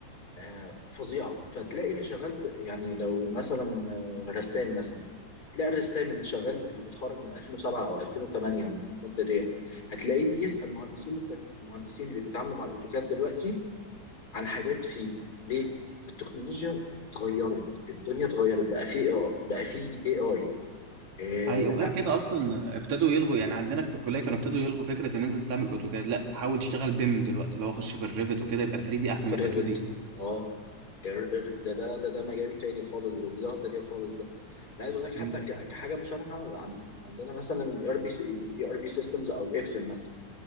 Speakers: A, on the left; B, on the right.
A: آه، فظيعه فتلاقي اللي شغال ب... يعني لو مثلا آه، رسام مثلا هتلاقي الرسام اللي شغال اللي متخرج من 2007 او 2008 المده ديت هتلاقيه بيسال مهندسين التن- المهندسين اللي بيتعاملوا مع الاوتوكاد دلوقتي عن حاجات فيه ليه؟ التكنولوجيا اتغيرت الدنيا اتغيرت بقى فيه بقى فيه اي اي
B: حقيقي وغير كده أصلا ابتدوا يلغوا يعني عندنا في الكلية كانوا ابتدوا يلغوا فكرة إن أنت تستعمل أوتوكاد لا حاول تشتغل بيم دلوقتي لو أخش في الريفت وكده يبقى 3 دي أحسن
A: في
B: ما
A: الريفت
B: يبقى 2 دي
A: اه الر- ده ده ده ده مجال تاني خالص وليله تانية خالص ده انا عايز اقول لك حتى
B: مم.
A: ك- كحاجه مشابهه عن عندنا مثلا الاي ار بي الاي ار بي سيستمز او الاكسل مثلا